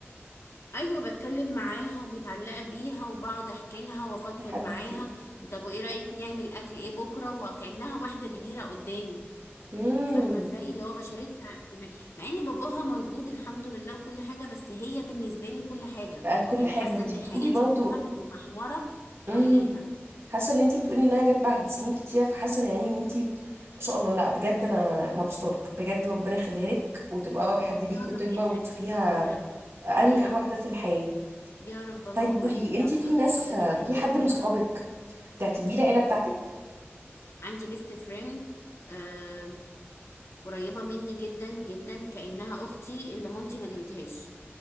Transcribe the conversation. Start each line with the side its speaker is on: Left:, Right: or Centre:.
Left: ايوه بتكلم معاها ومتعلقه بيها وبقعد احكي لها وافضفض
Right: يا حبيبتي
Left: معاها وطب وايه رايك نعمل اكل ايه بكره وكانها واحده كبيره قدامي
Right: امم
Left: فاهمه ازاي اللي هو بشارتها احتمال مع ان باباها موجود الحمد لله وكل حاجه بس هي بالنسبه لي كل حاجه
Right: بقت كل
Left: يعني
Right: حاجه
Left: حاسه
Right: انت
Left: ان
Right: بتقولي
Left: حياتي
Right: برضه
Left: كلها متمحوره حواليها
Right: امم حاسه ان انت بتقولي انها جت بعد سنين كتير فحاسه يعني ان انت ما شاء الله لا بجد انا مبسوطه لك بجد ربنا يخليها لك وتبقى اقرب حد ليكي
Left: يا
Right: وتكبر
Left: رب يا حبيبتي
Right: وتشوفيها
Left: يا رب يا رب
Right: انجح
Left: يا رب
Right: واحده في الحياه
Left: يا رب اللهم
Right: طيب قولي
Left: امين
Right: لي انت في ناس
Left: ربنا
Right: في
Left: يسعدني
Right: حد
Left: فيها
Right: من صحابك بتعتبيه العيله بتاعتك
Left: عندي بيست فريند آه قريبه مني جدا جدا كانها اختي اللي مامتي ما جابتهاش